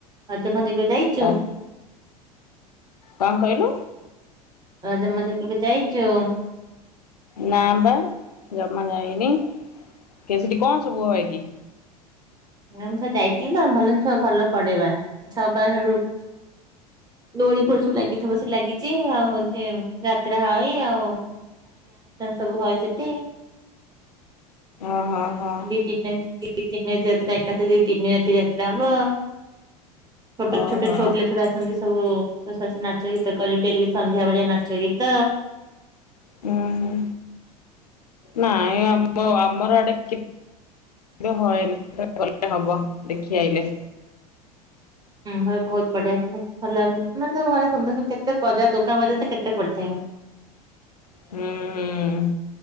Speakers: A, on the right; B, on the left.
A: ଆ ମଞଜକୁ ଯାଇ <unintelligible>
B: ଆ କଣ କହିଲୁ?
A: ରଜ ମଜ କେବେ ଯାଇଛୁ?
B: ନାଁ ବା ଜମା ଯାାଇନି। କେ ସେଠି କଣ ସବୁ ହ ଏ?
A: ମୁଁ ତ ଯାଇଥିଲି ତମେ ଭଲ ଭଲ ପଢେଇବା ସ ବାରୁ ଦୋଳି ଫୋଳି ସବୁ ଲାଗିଥିବ ସେ ଲାଗିଛି ଆଉ ହଉଛି ଯାତ୍ରା ହଇ ଆଉ ସବୁ ହଏ ସେଠି
B: ଓହୋ ହୋ
A: ଦି ତିନ ନି ଯାତ୍ରା ଏକାଥରେ ତିନି ରାତି ଯାତ୍ରାହବ। ଛୋଟ
B: ଓହୋ।
A: ଛୋଟ ଛୁଆପିଲା ସବୁ ଆସନ୍ତି। ହୋ ସବୁ ନାଚ ଗୀତ କରେ ଡେଲି ସନ୍ଧ୍ୟା ଭଳିଆ ନାଚ ଗୀତ।
B: ହୁଁ ହୁଁ ନାଇଁ ଆମ ଆମର ଆଡେ ହଏନି ଗଲେ ହବ ଦେଖି ଆଇଲେ।
A: ହୁଁ ବହୁତ ବଢିଆ। ଭଲ ମାନେ ଭଲ ସୁନ୍ଦର କେତେ ବଜାର ଦୋକାନ ବଜାର ତ କେତେ ପଡ଼ିଥାଏ।
B: ହୁଁ ହୁଁ